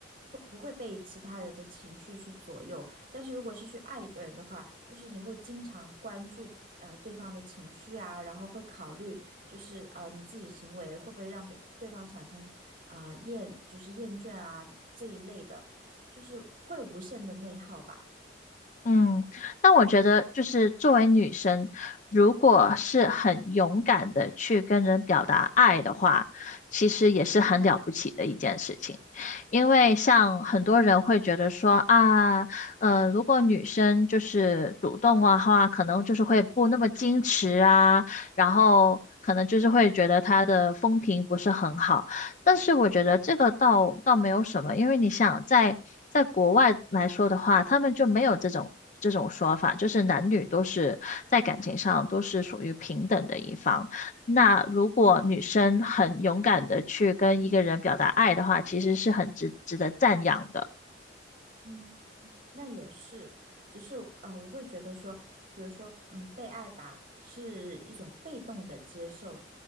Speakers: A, on the right; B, on the left.
A: 会不会被其他人的情绪去左右？但是如果是去爱一个人的话，就是你会经常关注呃对方的情绪啊，然后会考虑就是呃你自己行为会不会让别对方产生呃厌就是厌倦啊这一类的，就是会无限的内耗吧。
B: 嗯，但我觉得就是作为女生，如果是很勇敢的去跟人表达爱的话，其实也是很了不起的一件事情。因为像很多人会觉得说啊，呃，如果女生就是主动的话，可能就是会不那么矜持啊，然后可能就是会觉得她的风评不是很好。但是我觉得这个倒倒没有什么，因为你想在在国外来说的话，他们就没有这种这种说法，就是男女都是在感情上都是属于平等的一方。那如果女生很勇敢的去跟一个人表达爱的话，其实是很值值得赞扬的。
A: 嗯。那也是，只是呃，我会觉得说，比如说，嗯，被爱吧，是一种被动的接受，